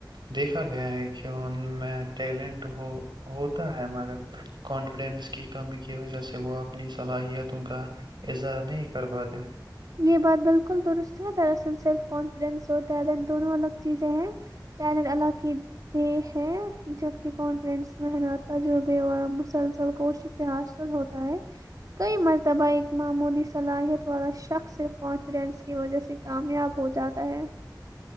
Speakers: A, on the right; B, on the right.
A: دیکھا گیا ہے کہ ان میں ٹیلنٹ ہو ہوتا ہے مگر کانفیڈینس کی کمی کی وجہ سے وہ اپنی صلاحیتوں کا اظہار نہیں کر پاتے
B: یہ بات بالکل درست ہے دراصل سیلف کانفیڈینس اور ٹیلنٹ دونوں الگ چیزیں ہیں ٹیلنٹ اللہ کی دہ ہے جبک کانفیڈینس محنت تجربے اور مسلسل کوشش سے حاصل ہوتا ہے کئی مرتبہ ایک معمولی صلاحیت والا شخص صرف کانفیڈنس کی وجہ سے کامیاب ہو جاتا ہے